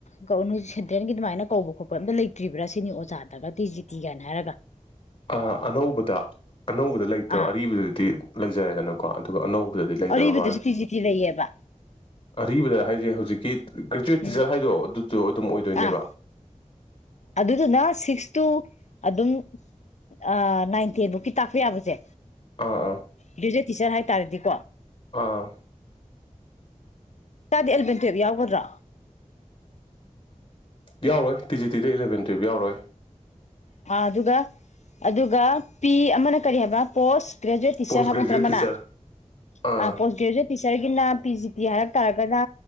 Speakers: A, on the left; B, on the left.
A: ꯀꯧ ꯅꯣꯢ ꯁꯦꯟꯇ꯭ꯔꯦꯜꯒꯤ ꯑꯗꯨꯃꯥꯏꯅ ꯀꯧꯕ ꯈꯣꯠꯄ ꯑꯝꯇ ꯂꯩꯇ꯭ꯔꯤꯕ꯭ꯔꯥ ꯁꯤꯅꯤ ꯑꯣꯖꯥꯗꯒ ꯇꯤ ꯖꯤꯇꯤꯒꯅ ꯍꯥꯏꯔꯒ
B: ꯑ ꯑꯅꯧꯕꯗ ꯑꯅꯧꯕꯗ ꯂꯩꯇꯕ
A: ꯑꯥ
B: ꯑꯔꯤꯕꯗꯗꯤ ꯂꯩꯖꯔꯦꯗꯅꯀꯣ ꯑꯗꯨꯒ ꯑꯅꯧꯕ ꯗꯗꯤ ꯂꯩꯇꯕ
A: ꯑꯔꯤꯕꯗꯁꯨ
B: ꯃꯥꯜꯂꯦ
A: ꯇꯤ ꯖꯤ ꯇꯤ ꯂꯩꯌꯦꯕ
B: ꯑꯔꯤꯕꯗ ꯍꯥꯏꯁꯦ ꯍꯧꯖꯤꯛꯀꯤ ꯒ꯭ꯔꯦꯖꯨꯋꯦꯠ ꯇꯤꯆꯔ
A: ꯎꯝ
B: ꯍꯥꯏꯗꯣ ꯑꯗꯨꯗꯣ ꯑꯗꯨꯝ ꯑꯣꯏꯗꯣꯏꯅꯦꯕ
A: ꯑꯥ ꯑꯗꯨꯗꯨꯅ ꯁꯤꯛꯁ ꯇꯨ ꯑꯗꯨꯝ ꯑ ꯅꯥꯏꯟ ꯇꯦꯟ ꯕꯨꯛꯀꯤ ꯇꯥꯛꯄ ꯌꯥꯕꯁꯦ
B: ꯑꯥ ꯑꯥ
A: ꯒ꯭ꯔꯦꯖꯨꯌꯦꯠ ꯇꯤꯆꯔ ꯍꯥꯏꯇꯥꯔꯗꯤꯀꯣ
B: ꯑꯥ
A: ꯇꯗꯤ ꯑꯜꯕꯟ ꯇꯦꯋꯦꯐ ꯌꯥꯎꯒꯗ꯭ꯔꯥ
B: ꯌꯥꯎꯔꯣꯏ ꯇꯤ ꯖꯤ ꯇꯤꯗ ꯏꯂꯚꯦꯟ ꯇꯨꯌꯦꯜꯐ ꯌꯥꯎꯔꯣꯏ
A: ꯑꯗꯨꯒ ꯑꯗꯨꯒ ꯄꯤ ꯑꯃꯅ ꯀꯔꯤ ꯍꯥꯏꯕꯥ ꯄꯣꯁ ꯭ꯒ꯭ꯔꯦꯖꯨꯋꯦꯠ ꯇꯤꯁꯔ
B: ꯄꯣꯁ
A: ꯍꯥꯏꯕ
B: ꯒ꯭ꯔꯦꯖꯨꯋꯦꯠ
A: ꯅꯇ꯭ꯔꯥ ꯑꯃꯅ
B: ꯇꯤꯆꯔ ꯑꯥ
A: ꯑ ꯄꯣꯁ ꯒ꯭ꯔꯦꯖꯨꯌꯦꯠ ꯇꯤ ꯁꯔꯒꯤꯅ ꯄꯤ ꯖꯤ ꯄꯤ ꯍꯥꯏꯔꯛ ꯇꯥꯔꯒꯅ